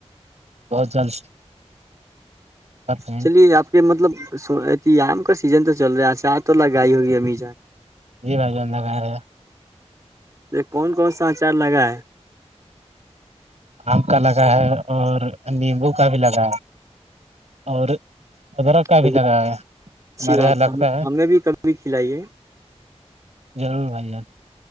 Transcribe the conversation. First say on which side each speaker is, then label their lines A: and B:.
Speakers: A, on the right; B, on the right.
A: بہت جلد پینٹ
B: چلیے آپ کے مطلب ستی آم کسی سیزن تو چل رہا ہے چا تو لگائی ہوگئی امیزا
A: جی بھائی انندہ کہاں رہ
B: یہ کون کون سچار لگا ہے
A: آم کا لگا ہے اور نیمبو کا بھی لگا ہے اور ادرک کا بھی
B: اچھی
A: لگا ہے ہمارے
B: بات
A: یہاں لگتا
B: ہے ہمیں بھی کبھی بھی کھلائیے
A: ضرور بھائی ان